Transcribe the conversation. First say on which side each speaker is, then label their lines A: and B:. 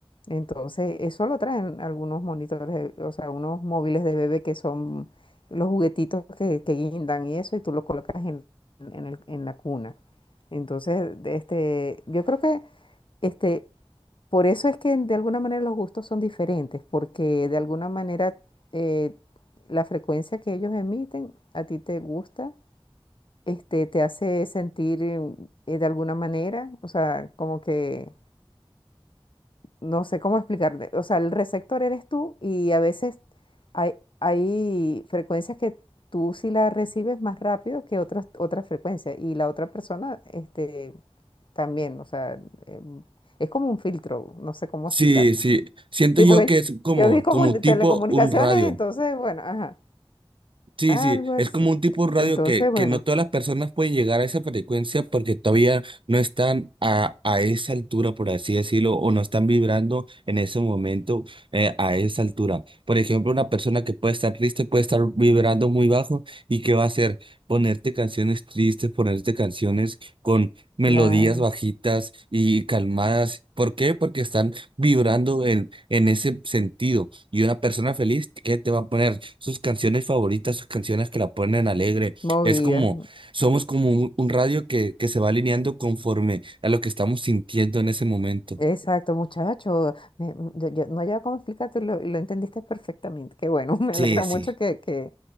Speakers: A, on the left; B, on the right.
A: Entonces, eso lo traen algunos monitores, de- o sea, unos móviles de bebé que son los juguetitos que, que guindan y eso, y tú lo colocas en, en el- en la cuna. Entonces, de- este, yo creo que... Este, por eso es que de alguna manera los gustos son diferentes, porque de alguna manera eh, la frecuencia que ellos emiten a ti te gusta, este, te hace sentir eh, eh, de alguna manera, o sea, como que no sé cómo explicarte, o sea, el receptor eres tú y a veces hay, hay frecuencias que tú sí las recibes más rápido que otras otras frecuencias y la otra persona este, también, o sea, em, es como un filtro, no sé cómo
B: Sí,
A: explicarte.
B: sí. Siento
A: Sí,
B: yo
A: porque
B: que es como,
A: yo vi como
B: como
A: en
B: tipo
A: telecomunicaciones,
B: un radio.
A: entonces, bueno, ajá,
B: Sí,
A: algo
B: sí,
A: así.
B: es como un tipo de radio
A: Entonces,
B: que, que
A: bueno,
B: no todas las personas pueden llegar a esa frecuencia porque todavía no están a, a esa altura, por así decirlo, o no están vibrando en ese momento eh, a esa altura. Por ejemplo, una persona que puede estar triste puede estar vibrando muy bajo y ¿qué va a hacer? Ponerte canciones tristes, ponerte canciones con melodías
A: claro,
B: bajitas y calmadas. ¿Por qué? Porque están vibrando en, en ese sentido. Y una persona feliz que te va a poner sus canciones favoritas, sus canciones que la ponen alegre.
A: movida.
B: Es como, somos como un, un radio que, que se va alineando conforme a lo que estamos sintiendo en ese momento.
A: Exacto, muchacho. me- m- yo- yo no había cómo explicártelo y lo entendiste perfectamente. Qué bueno, <laughs> me
B: Sí,
A: alegra
B: sí.
A: mucho que, que,